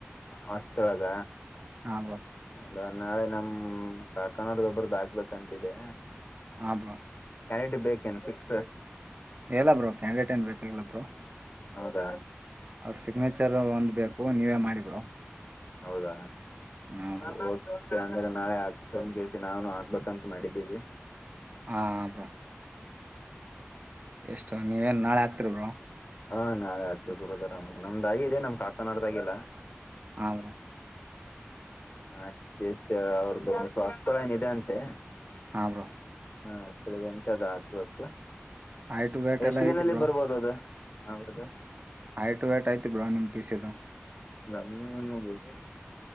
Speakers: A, on the left; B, on the right.
A: ಅಷ್ಟೊಳಗ
B: ಹಾ ಬ್ರೋ
A: ಹೌದಾ. ನಾಳೆ ನಮ್ ಕಾಕಣೋಡ್ಗ ಒಬ್ರದ್ದ ಹಾಕ್ಬೇಕಂತಿದೆ.
B: ಹಾ ಬ್ರೋ.
A: <unintelligible> <inaudible>
B: ಎಲ್ಲ ಬ್ರೋ ಕ್ಯಾಂಡಿಡೇಟ್ ಏನ್ ಬೇಕಾಗಿಲ್ಲ ಬೋ
A: ಹೌದಾ
B: ಅವ್ರ ಸಿಗ್ನೇಚರ್ ಒಂದ್ ಬೇಕು ನೀವೇ ಮಾಡ ಮಾಡಿ ಬ್ರೋ.
A: ಹೌದಾ
B: ಹಾ
A: <unintelligible>
B: ಬ್ರೋ
A: ಇಲ್ಲಾಂದ್ರೆ ನಾಳೆ ಹಾಕಿಸ್ಕೊಂಡ್ ಕೇಶಿ ನಾವನು ಹಾಕ್ಬೇಕಂತ ಮಾಡಿದ್ದೀವಿ.
B: ಹಾ ಬ್ರೋ. ಎಷ್ಟೋ ನೀವೇನ್ ನಾಳೆ ಹಾಕ್ತಿರ್ ಬ್ರೋ.
A: ಹಾ ನಾಳೆ ಹಾಕ್ಬೇಕು ಬ್ರದರ್ ನಮ್ದ್ ನಮ್ದ ಆಗಿದೆ ನಮ್ ಕಾಕನವರ್ದಾಗಿಲ್ಲ.
B: ಹ ಬ್ರೋ.
A: ನಾಳೆ ಅದನ್ನ ಕೇಶ ಅವ್ರದ್ದು ಸ್ವಾಸ್ತವೇನಿದೆ ಅಂತೆ.
B: ಹಾ ಬ್ರೋ
A: ಹಾ ಸರಿ ಅನ್ಕೋದ ಹಾಕ್ಬೇಕು.
B: ಹೈಟ್ ವೇಟ್
A: ಎಷ್ಟು
B: ಎಲ್ಲ
A: ದಿನದಲ್ಲಿ
B: ಐತಿ ಬ್ರೋ
A: ಬರ್ಬೋದು ಅದು. <unintelligible>
B: ಹೈಟ್ ವೇಟ್ ಐತಿ ಬ್ರೋ ನಿಮ್ಮ ಪಿ ಸಿ ದು.
A: <unintelligible>